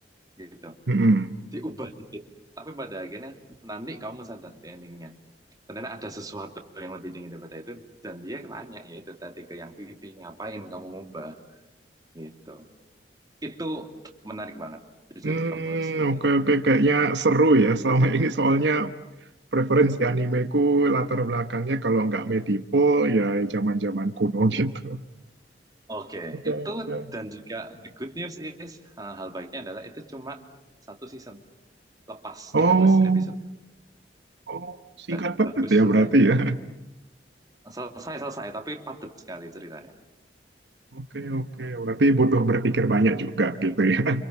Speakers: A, on the right; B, on the right.
A: gitu
B: Mm-mm.
A: diubah dikit tapi pada akhirnya nanti kamu sadar di endingnya ternyata ada sesuatu yang lebih tinggi daripada itu dan dia nanya ya itu tadi ke yang Vivi ngapain kamu ngubah gitu itu menarik banget jujur
B: Hmm,
A: kamu harus lihat
B: oke oke kayaknya seru ya. Selama ini soalnya preferensi animeku latar belakangnya kalau nggak medieval ya zaman-zaman kuno <laughs> gitu.
A: oke okay,
B: Oke
A: itu
B: oke.
A: dan juga the good news is uh, hal baiknya adalah itu cuma satu season lepas
B: Oh
A: 13 episode
B: oh singkat
A: dah
B: banget
A: bagus
B: ya
A: selesai
B: berarti ya.
A: selesai selesai tapi padat sekali ceritanya
B: Oke oke berarti butuh berpikir banyak juga gitu ya. <laughs>